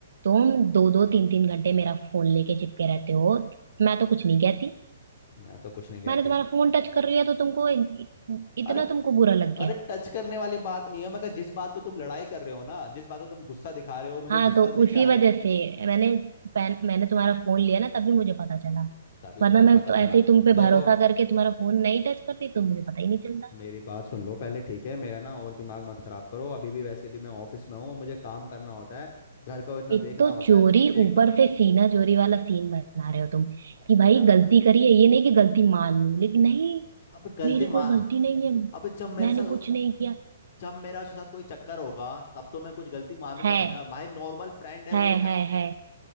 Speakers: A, on the right; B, on the left.
A: तुम दो दो तीन तीन घंटे मेरा फोन लेके चिपके रहते हो मैं तो कुछ नहीं कहती
B: मैं तो कुछ नहीं कहती
A: मैंने तुम्हारा फोन टच कर लिया तो तुमको इ- इतना
B: अरे
A: तुमको बुरा लग गया
B: अरे टच करने वाली बात नहीं है मगर जिस बात पे तुम लड़ाई कर रहे हो ना जिस बात पे तुम गुस्सा दिखा रहे हो और मुझे
A: हाँ
B: गुस्सा
A: तो
B: लेके
A: उसी
B: आ रहे
A: वजह
B: हो
A: से मैंने पैन- मैंने तुम्हारा फोन लिया ना तभी मुझे पता चला
B: तभी
A: वरना
B: तुम्हें
A: मैं
B: पता
A: तो ऐसे
B: चला
A: ही तुम पे
B: देखो
A: भरोसा करके तुम्हारा फोन नहीं टच करती तो मुझे पता ही नहीं चलता
B: मेरी बात सुन लो पहले ठीक है मेरा ना और दिमाग मत खराब करो अभी भी वैसे भी मैं ऑफिस में हूँ और मुझे काम करना होता है घर का इतना
A: एक
B: देखना
A: तो
B: होता
A: चोरी
B: है एक
A: ऊपर
B: तो अरे
A: से सीना चोरी वाला सीन बना रहे हो तुम कि
B: यार
A: भाई गलती करी है ये नहीं कि गलती मान लूं लेकिन नहीं
B: अब गलती
A: मेरी कोई
B: मान
A: गलती नहीं है
B: अब जब मेरे
A: मैंने
B: साथ
A: कुछ नहीं किया
B: जब मेरा उसके साथ कोई चक्कर होगा तब तो मैं कुछ गलती मानूंगा
A: है
B: भी ना भाई नॉर्मल फ्रेंड है
A: है
B: वो चा-
A: है है